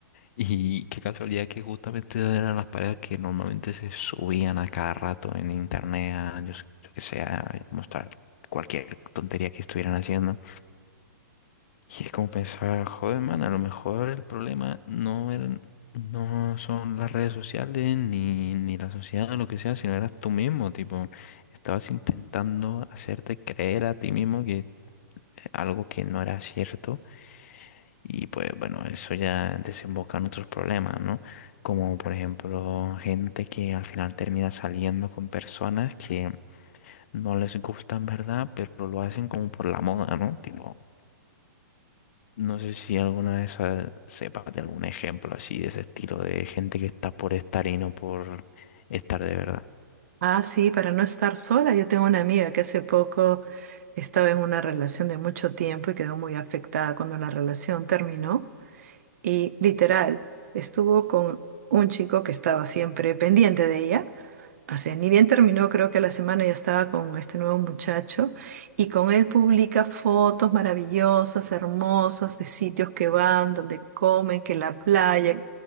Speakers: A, on the left (about 50°); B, on the right (about 55°).
A: Y qué casualidad que justamente eran las parejas que normalmente se subían a cada rato en internet, a, yo, sé- yo que sé, a mostrar cualquier tontería que estuvieran haciendo. Y es como pensar, joder, man, a lo mejor el problema no eran, no son las redes sociales ni, ni la sociedad o lo que sea, sino eras tú mismo, tipo, estabas intentando hacerte creer a ti mismo que eh, algo que no era cierto y pues bueno, eso ya desemboca en otros problemas, ¿no? Como por ejemplo, gente que al final termina saliendo con personas que no les gusta en ¿verdad? Pero lo hacen como por la moda, ¿no? Tipo, no sé si alguna vez eh, sepas de algún ejemplo así de ese estilo de gente que está por estar y no por estar de verdad.
B: Ah, sí, para no estar sola. Yo tengo una amiga que hace poco estaba en una relación de mucho tiempo y quedó muy afectada cuando la relación terminó. Y literal, estuvo con un chico que estaba siempre pendiente de ella. O sea, ni bien terminó, creo que a la semana ya estaba con este nuevo muchacho y con él publica fotos maravillosas, hermosas, de sitios que van, donde comen, que la playa,